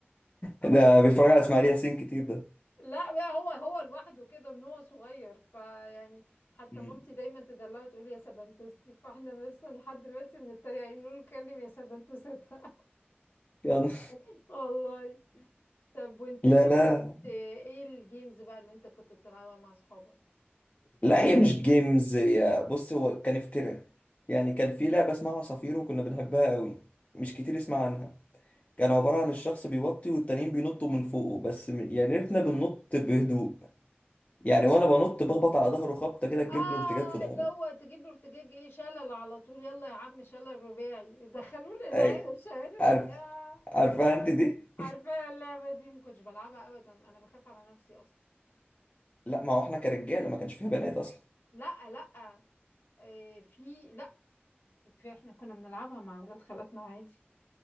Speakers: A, on the left; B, on the left.
A: ده بيتفرج على اسماعيل ياسين كتير ده
B: لا بقى هو هو لوحده كده من هو صغير فيعني حتى
A: مم.
B: مامتي دايما تدلعه وتقول يا سبنتستي فاحنا مثلا لحد دلوقتي بنتريق عليه نقول له كلم يا سبنتستها
A: يا نهار.
B: <laughs> والله طب وانت كانت
A: لا لا
B: ايه الجيمز بقى اللي انت كنت بتلعبها مع اصحابك
A: لا هي مش جيمز يا بص هو كان افتراء يعني كان في لعبة اسمها عصافير وكنا بنحبها قوي مش كتير يسمع عنها كان عبارة عن الشخص بيوطي والتانيين بينطوا من فوقه بس م- يعني ريتنا بننط بهدوء يعني وانا بنط بخبط على ظهره خبطة كده تجيب
B: اه
A: له ارتجاج في ظهره
B: اللي هو تجيب له ارتجاج ايه شلل على طول يلا يا عم شلل رباعي دخلوه الانعاء
A: أي-
B: <laughs> مش عارف
A: عارف
B: يا
A: عارفها انت دي
B: عارفه اللعبه دي ما كنتش بلعبها ابدا انا بخاف على نفسي اصلا
A: <laughs> لا ما هو احنا كرجاله ما كانش فيها بنات اصلا
B: لا لا إيه في لا في احنا كنا بنلعبها مع اولاد خالاتنا عادي